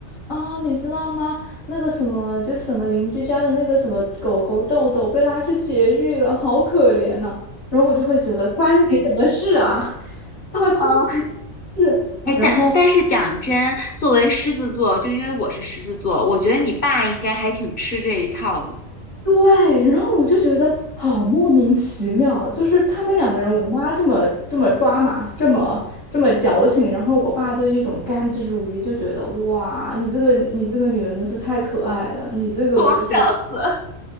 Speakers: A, on the left (about 85°); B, on the left (about 40°).
A: 啊，你知道吗？那个什么就是什么邻居家的那个什么狗狗豆豆被拉去绝育了，好可怜呐、然后我就会觉得关你什么事啊，<laughs> 对吧？关你什么事？
B: 哦，哎，
A: 然后
B: 但但是讲真，作为狮子座，就因为我是狮子座，我觉得你爸应该还挺吃这一套的。
A: 对，然后我就觉得好莫名其妙，就是他们两个人，我妈这么这么抓马，这么这么矫情，然后我爸就一种甘之如饴，就觉得哇，你这个你这个女人真是太可爱了，你这个就是，
B: <laughs> 我笑死